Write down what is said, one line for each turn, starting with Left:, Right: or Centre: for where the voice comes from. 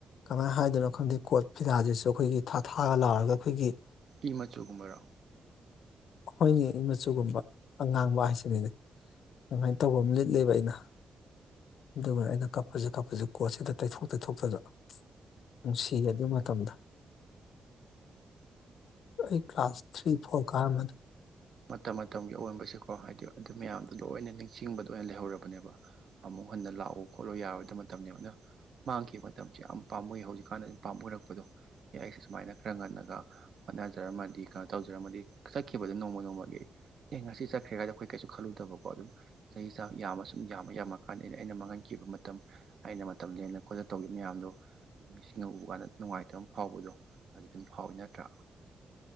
Left: ꯀꯃꯥꯏ ꯍꯥꯏꯗꯣꯏꯅꯣ ꯈꯪꯗꯦ ꯀꯣꯠ ꯐꯤꯗꯥꯁꯤꯁꯨ ꯑꯩꯈꯣꯏꯒꯤ ꯊꯥ ꯊꯥꯒ ꯂꯥꯎꯔꯒ ꯑꯩꯈꯣꯏꯒꯤ
Right: ꯏ ꯃꯆꯨꯒꯨꯝꯕꯔꯣ
Left: ꯍꯣꯏꯅꯦ ꯏ ꯃꯆꯨꯒꯨꯝꯕ ꯑꯉꯥꯡꯕ ꯍꯥꯏꯁꯤꯅꯤꯅꯦ ꯑꯗꯨꯃꯥꯏꯅ ꯇꯧꯕ ꯑꯃ ꯂꯤꯠꯂꯦꯕ ꯑꯩꯅ ꯑꯗꯨꯒ ꯑꯩꯅ ꯀꯞꯄꯁꯤ ꯀꯞꯄꯁꯤ ꯀꯣꯠꯁꯤꯗ ꯇꯩꯊꯣꯛ ꯇꯩꯊꯣꯛꯇꯅ ꯅꯨꯡꯁꯤꯌꯦ ꯑꯗꯨ ꯃꯇꯝꯗꯣ
Right: ꯎꯝ꯫
Left: ꯑꯩ ꯀ꯭ꯂꯥꯁ ꯊ꯭ꯔꯤ ꯐꯣꯔ ꯀꯥꯔꯝꯃꯅꯤ
Right: ꯃꯇꯝ ꯃꯇꯝꯒꯤ ꯑꯑꯣꯟꯕꯁꯤꯀꯣ ꯍꯥꯏꯗꯤ ꯑꯗꯨ ꯃꯌꯥꯝꯗꯣ ꯂꯣꯏꯅ ꯅꯤꯡꯁꯤꯡꯕꯗꯣ ꯑꯣꯏꯅ ꯂꯩꯍꯧꯔ ꯅꯦꯕ ꯑꯃꯨꯛ ꯍꯟꯅ ꯂꯥꯛꯑꯣ ꯈꯣꯠꯂꯣ ꯌꯥꯔꯣꯏꯗꯕ ꯃꯇꯝꯅꯦ ꯑꯗꯨꯅ ꯃꯥꯡꯈꯤꯕ ꯃꯇꯝꯁꯦ ꯌꯥꯝ ꯄꯥꯝꯃꯨꯏ ꯍꯧꯖꯤꯛꯀꯥꯟꯅ ꯍꯦꯟꯅ ꯄꯥꯝꯃꯨꯔꯛꯄꯗꯣ ꯑꯦ ꯑꯩꯁꯦ ꯁꯨꯃꯥꯏꯅ ꯈꯔ ꯉꯟꯅꯒ ꯍꯣꯠꯅꯖꯔꯝꯃꯗꯤ ꯀꯩꯅꯣ ꯇꯧꯖꯔꯝꯃꯗꯤ ꯆꯠꯈꯤꯕꯗꯣ ꯅꯣꯡꯃ ꯅꯣꯡꯃ ꯃꯒꯤ ꯑꯦ ꯉꯁꯤ ꯆꯠꯈ꯭ꯔꯦꯒꯗꫭ ꯑꯩꯈꯣꯏ ꯀꯩꯁꯨ ꯈꯜꯂꯨꯗꯕꯀꯣ ꯑꯗꯨꯝ ꯆꯍꯤ ꯆꯥ ꯌꯥꯝꯃ ꯁꯨꯝ ꯌꯥꯝꯃ ꯌꯥꯝꯃ ꯀꯥꯟꯗ ꯑꯩꯅ ꯑꯩꯅ ꯃꯥꯡꯍꯟꯈꯤꯕ ꯃꯇꯝ ꯑꯩꯅ ꯃꯇꯝ ꯂꯦꯟ ꯈꯣꯠꯇꯅ ꯇꯧꯈꯤꯕ ꯃꯌꯥꯝꯗꯣ ꯑꯗꯨ ꯅꯤꯡꯁꯤꯡ ꯃꯤꯠꯅ ꯎꯕ ꯀꯥꯟꯗ ꯅꯨꯡꯉꯥꯏꯇꯕ ꯐꯥꯎꯕꯗꯣ ꯑꯗꯨ ꯑꯗꯨꯝ ꯐꯥꯎꯋꯤ ꯅꯠꯇ꯭ꯔꯥ